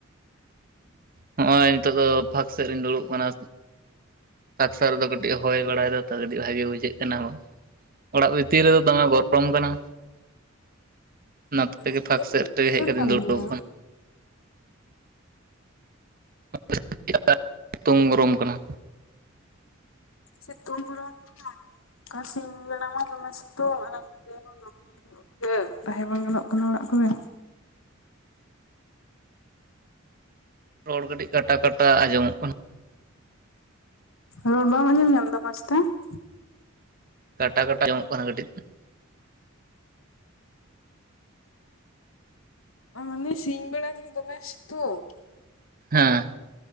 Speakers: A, on the right; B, on the left.
A: ᱦᱚᱜᱼᱚᱭ ᱱᱤᱛᱚᱜ ᱫᱚ ᱯᱷᱟᱸᱠ ᱥᱮᱫ ᱨᱤᱧ ᱫᱩᱲᱩᱵ ᱠᱟᱱᱟ᱾ ᱯᱷᱟᱸᱠ ᱥᱮᱫ ᱨᱮᱫᱚ ᱠᱟᱹᱴᱤᱡ ᱮ ᱦᱚᱭ ᱵᱟᱲᱟᱭᱮᱫᱟ ᱛᱚ ᱠᱟᱹᱴᱤᱡ ᱵᱷᱟᱜᱤ ᱵᱩᱡᱷᱟᱹᱜ ᱠᱟᱱᱟ᱾ ᱚᱲᱟᱜ ᱵᱷᱤᱛᱤᱨ ᱨᱮᱫᱚ ᱫᱚᱢᱮ ᱜᱚᱨᱚᱢ ᱠᱟᱱᱟ ᱚᱱᱟᱛᱜᱮ
B: ᱩᱫᱽᱜᱟᱹᱨ
A: ᱯᱷᱟᱸᱠ ᱥᱮᱫ-ᱨᱮ᱾
B: ᱫᱚᱢ
A: ᱱᱚᱛᱮ
B: ᱩᱫᱽᱜᱟᱹᱨ
A: ᱦᱮᱡ ᱠᱟᱛᱮᱧ
B: ᱠᱟᱱ
A: ᱫᱩᱲᱩᱟᱜ
B: ᱜᱮᱭᱟ
A: ᱠᱟᱱᱟ ᱾ ᱟᱯᱮ ᱥᱮᱫ ᱪᱮᱫᱠᱟ ᱥᱤᱛᱩᱝ ᱜᱚᱨᱚᱢ ᱠᱟᱱᱟ?
B: ᱥᱤᱛᱩᱝ ᱜᱚᱨᱚᱢ ᱦᱚᱸ ᱚᱱᱠᱟ ᱥᱤᱧᱵᱮᱲᱟ ᱢᱟ ᱫᱚᱢᱮ ᱥᱤᱛᱩᱝ ᱟᱨ ᱧᱤᱫᱟᱹ ᱦᱚᱸ ᱫᱚᱢᱮ ᱦᱩᱸᱻ ᱛᱟᱦᱮᱸ ᱵᱟᱝ ᱜᱟᱱᱚᱜ ᱠᱟᱱᱟ ᱚᱲᱟᱜ ᱠᱚᱨᱮ
A: ᱨᱚᱲ ᱠᱟᱹᱴᱤᱡ ᱠᱟᱴᱟ - ᱠᱟᱴᱟ ᱟᱸᱡᱚᱢᱚᱜ ᱠᱟᱱᱟ
B: ᱨᱚᱲ ᱵᱟᱢ ᱟᱸᱡᱚᱢ ᱧᱟᱢ ᱫᱟ ᱯᱟᱥ <unintelligible>
A: ᱠᱟᱴᱟ - ᱠᱟᱴᱟ ᱟᱡᱚᱢᱚᱜ ᱠᱟᱱᱟ ᱠᱟᱹᱴᱤᱡ
B: ᱩᱱᱤ ᱥᱤᱧ ᱵᱮᱲᱟ ᱜᱮ ᱫᱚᱢᱮ ᱥᱤᱛᱩᱝ
A: ᱦᱚᱸᱻ